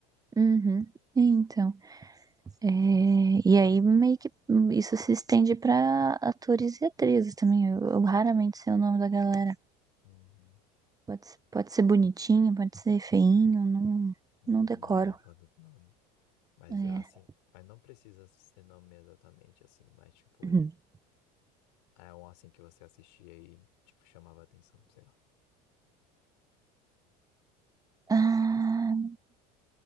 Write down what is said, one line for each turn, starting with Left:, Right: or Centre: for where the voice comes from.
Right: Uhum. Então, é, e aí meio que isso se estende pra atores e atrizes também. Eu, eu raramente sei o nome da galera.
Left: Uhum.
Right: Pode, ser- pode ser bonitinho, pode ser feinho, não,
Left: Não
Right: não decoro.
Left: me recordo do nome. Mas
Right: É.
Left: assim, mas não precisa ser nome exatamente assim, mas tipo,
Right: <laughs>
Left: é um assim que você assistia e tipo chamava atenção, sei lá.
Right: Ah,